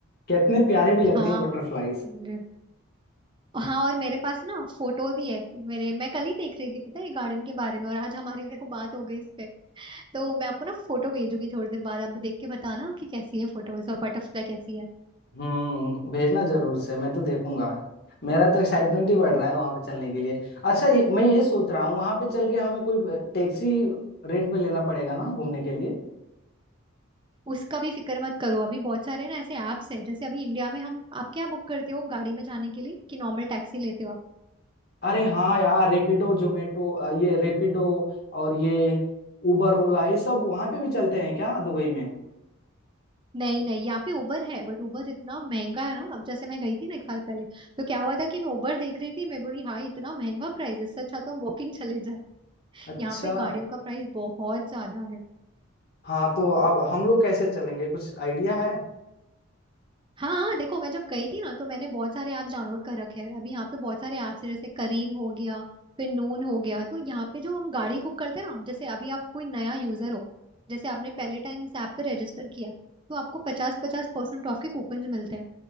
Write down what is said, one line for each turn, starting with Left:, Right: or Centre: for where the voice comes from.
Left: कितनी प्यारी भी लगती
Right: हाँ
Left: है बटरफ्लाईज
Right: और- हाँ और मेरे पास ना फोटो भी है मेरे मैं कल ही देख रही थी पता है गार्डन के बारे में और आज हमारी देखो बात हो गई इस पे तो मैं आपको ना फोटो भेजूंगी थोड़ी देर बाद आप देख के बताना कि कैसी है फोटोज और बटरफ्लाई कैसी है
Left: हम्म भेजना जरूर से मैं तो देखूंगा मेरा तो एक्साइटमेंट ही बढ़ रहा है वहां पे चलने के लिए अच्छा ये, मैं ये सोच रहा हूँ वहां पे चल के हमें कोई टैक्सी रेंट पे लेना पड़ेगा ना घूमने के लिए
Right: उसका भी फिक्र मत करो अभी बहुत सारे ना ऐसे ऐप्स है जैसे अभी इंडिया में हम आप क्या बुक करते हो गाड़ी में जाने के लिए कि नॉर्मल टैक्सी लेते हो आप
Left: अरे हाँ यार रेपिडो जोमेटो ये रेपिडो और ये उबर ओला ये सब वहां पे भी चलते हैं क्या दुबई में
Right: नहीं नहीं यहाँ पे उबर है बट उबर इतना महंगा है ना अब जैसे मैं गई थी ना एक साल पहले तो क्या हुआ था कि मैं उबर देख रही थी मैं बोली हाँ इतना महंगा प्राइस इससे अच्छा तो हम वॉकिंग चले जाए
Left: अच्छा
Right: यहाँ पे गाड़ियों का प्राइस बहुत ज्यादा है
Left: हाँ तो अब हम लोग कैसे चलेंगे कुछ आइडिया है
Right: हाँ हाँ देखो मैं जब गई थी ना तो मैंने बहुत सारे ऐप्स डाउनलोड कर रखे हैं अभी यहाँ पे बहुत सारे ऐप्स हैं जैसे करीम हो गया फिर नून हो गया तो यहाँ पे जो हम गाड़ी बुक करते हैं ना जैसे अभी आप कोई नया यूजर हो जैसे आपने पहले टाइम इस ऐप पे रजिस्टर किया है, तो आपको पचास पचास परसेंट ऑफ के कूपन मिलते हैं